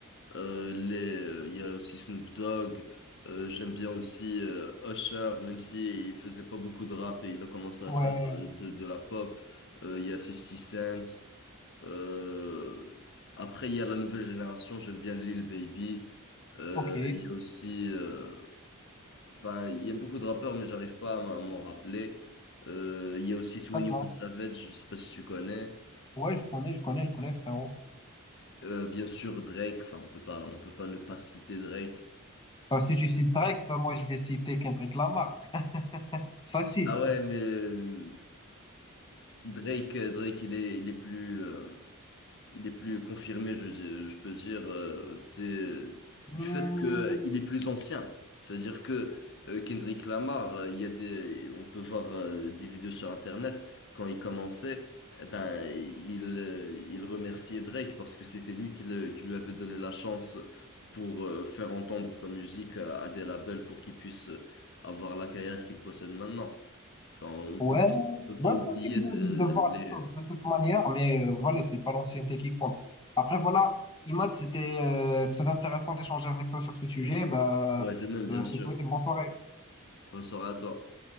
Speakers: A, on the left (about 55°); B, on the left (about 20°).
A: Euh, les, euh, il y a aussi Snoop Dogg. Euh, j'aime bien aussi euh, Usher, même si il faisait pas beaucoup de rap et il a commencé à
B: ouais,
A: faire euh, de, de la pop. Euh, Il y a Fifty Cent. Euh, après, il y a la nouvelle génération. J'aime bien Lil Baby. Euh,
B: ok,
A: Il y a aussi, euh, enfin, il y a beaucoup de rappeurs, mais j'arrive pas à m'en à m'en rappeler. Euh, Il y a aussi Twenty
B: d'accord.
A: One Savage. Je sais pas si tu connais.
B: Ouais, je connais, je connais, je connais, frérot.
A: Euh, bien sûr, Drake. Enfin, on peut pas, on peut pas ne pas citer Drake. C'est
B: Parce que tu cites Drake, ben moi, je vais citer Kendrick Lamar. Facile.
A: Ah ouais, mais euh, Drake, euh, Drake, il est, il est plus, euh, il est plus confirmé, je, je peux dire, euh, c'est
B: Hmm,
A: du fait que euh, il est plus ancien. C'est-à-dire que euh, Kendrick Lamar, euh, il y a des, on peut voir euh, des vidéos sur Internet quand il commençait, eh ben il euh, il remerciait Drake parce que c'était lui qui, le- qui lui avait donné la chance pour euh, faire entendre sa musique à, à des labels pour qu'il puisse euh, avoir la carrière qu'il possède maintenant. Enfin, on
B: Ouais,
A: peut on peut pas
B: ouais,
A: oublier
B: possible de,
A: euh,
B: de voir
A: les
B: les choses de cette manière, mais euh, voilà, c'est pas l'ancienneté qui compte. Après, voilà, Imad, c'était euh, très intéressant d'échanger avec toi sur ce sujet. Bah,
A: ouais de même bien
B: euh,
A: sûr.
B: je te souhaite une bonne soirée.
A: Bonne soirée à toi.